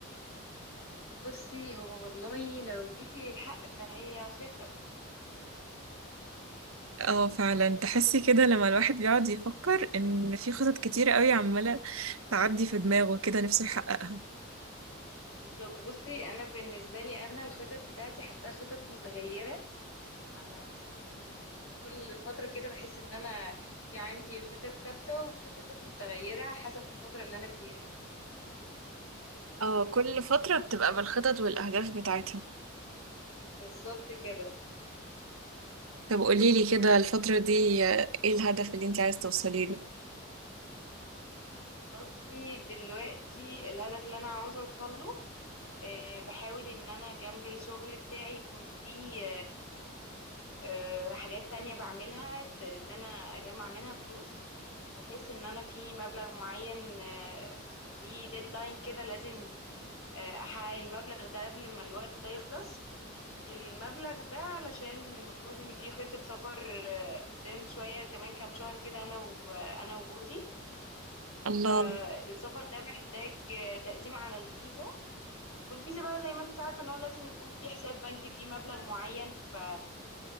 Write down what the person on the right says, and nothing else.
اه فعلا تحسي كده لما الواحد بيقعد يفكر إن في خطط كتير قوي عمالة تعدي في دماغه كده نفسه يحققها
اه كل فترة بتبقى بالخطط والأهداف بتاعتها
طب قوليلي كده الفترة دي آه، ايه الهدف اللي انت عايز توصلي له؟
الله